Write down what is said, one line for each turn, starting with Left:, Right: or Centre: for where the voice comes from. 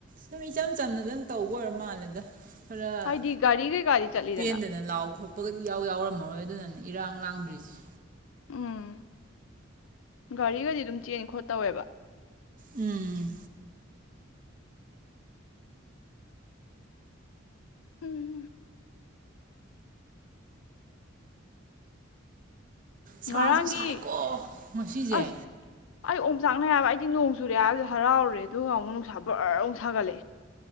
Right: ꯁꯨꯝ ꯏꯆꯝ ꯆꯝꯅ ꯑꯗꯨꯪ ꯇꯧꯕ ꯑꯣꯏꯔ ꯃꯥꯜꯂꯦꯗ ꯈꯔ
Left: ꯍꯥꯏꯗꯤ ꯒꯥꯔꯤ ꯀꯩꯀꯥꯗꯤ ꯆꯠꯂꯤꯗꯅ
Right: ꯄꯦꯟꯗꯅ <unintelligible> ꯏꯌꯥꯎ ꯌꯥꯎꯔꯝꯃꯔꯣꯏ ꯑꯗꯨꯅꯅꯦ ꯏꯔꯥꯡ ꯂꯥꯡꯗ꯭ꯔꯤꯁꯦ
Left: ꯎꯝ ꯒꯥꯔꯤꯒꯗꯤ ꯑꯗꯨꯝ ꯆꯦꯟꯅ ꯈꯣꯠ ꯇꯧꯋꯦꯕ
Right: ꯎꯝ
Left: ꯎꯝ
Right: ꯁꯥꯁꯨ
Left: ꯉꯔꯥꯡꯒꯤ
Right: ꯁꯥꯏꯀꯣ ꯉꯁꯤꯁꯦ
Left: ꯑꯁ ꯑꯩ ꯑꯣꯛ ꯆꯥꯛꯅꯩ ꯍꯥꯏꯕ ꯑꯩꯗꯤ ꯅꯣꯡ ꯆꯨꯔꯦ ꯍꯥꯏꯕꯗ ꯍꯔꯥꯎꯔꯦ ꯑꯗꯨꯒꯒ ꯑꯃꯨꯛ ꯅꯨꯡꯁꯥ ꯕꯔꯥ ꯑꯃꯨꯛ ꯁꯥꯒꯠꯂꯛꯑꯦ